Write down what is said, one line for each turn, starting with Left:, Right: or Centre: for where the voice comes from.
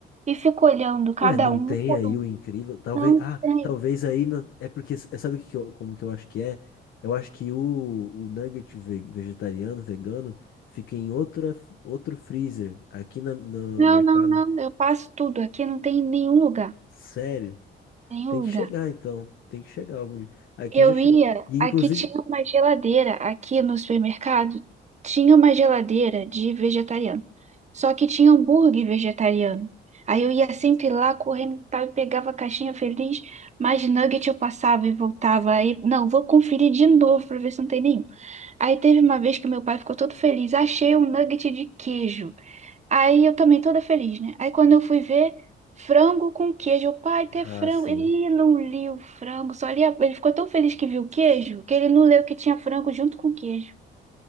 Right: e fico olhando cada
Left: ué, não
Right: um
Left: tem
Right: por
Left: aí
Right: um.
Left: o incrível? Talvez,
Right: Não
Left: ah,
Right: tem.
Left: talvez aí na- é porque é- sabe o que que eu- como que eu acho que é? Eu acho que o, o nugget ve- vegetariano, vegano, fica em outra, f- outro freezer aqui na- no
Right: Não,
Left: mercado.
Right: não, não. Eu passo tudo. Aqui não tem em nenhum lugar.
Left: Sério?
Right: Nenhum
Left: Tem que
Right: lugar.
Left: chegar então, tem que chegar algum dia. Aqui
Right: Eu
Left: já chegou.
Right: ia,
Left: E inclusive,
Right: aqui tinha uma geladeira, aqui no supermercado, tinha uma geladeira de vegetariano. Só que tinha hambúrguer vegetariano. Aí eu ia sempre lá correndo e tal, e pegava a caixinha feliz, mas nugget eu passava e voltava. Aí, não, vou conferir de novo pra ver se não tem nenhum. Aí teve uma vez que meu pai ficou todo feliz, achei um nugget de queijo. Aí eu também toda feliz, né? Aí quando eu fui ver, frango com queijo. o pai, até
Left: ah,
Right: frango.
Left: sim.
Right: Ele não lia o frango, só lia. Ele ficou tão feliz que viu o queijo, que ele não leu que tinha frango junto com queijo.